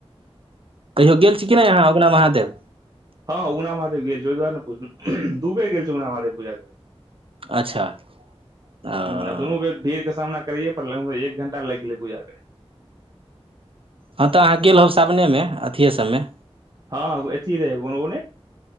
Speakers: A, on the right; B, on the right.
A: कहियो गेल छी कि नहि अहाँ उगना महादेव
B: हँं उगना महादेव गेल छियै ओहि दुआरे ने पुछला दूबेर गेल छै उगना महादेव पूजा करैलेल।
A: अच्छा। अ
B: हु आ दुनू बेर भीड़ के सामना करिये पर लगभग एक घंटा लागि गेलै पूजा करैमे
A: हँ तऽ अहाँ गेल होब सावनेमे अथिे ए सबमे।
B: हँ एथी रहे ओ